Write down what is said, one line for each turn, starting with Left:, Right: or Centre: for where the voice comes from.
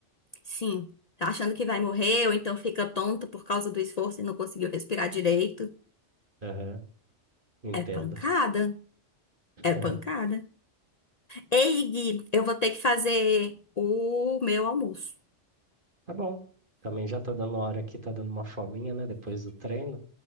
Left: Sim, tá achando que vai morrer ou então fica tonta por causa do esforço e não conseguiu respirar direito.
Right: Aham. Entendo.
Left: É pancada,
Right: <laughs>
Left: é pancada. Ei, Gui, eu vou ter que fazer o meu almoço.
Right: Tá bom. Também já tá dando hora aqui, tá dando uma fominha, né? Depois do treino.